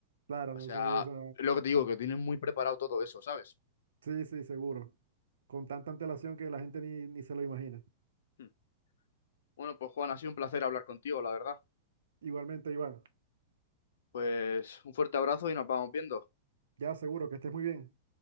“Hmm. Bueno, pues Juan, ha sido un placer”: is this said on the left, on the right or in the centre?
Left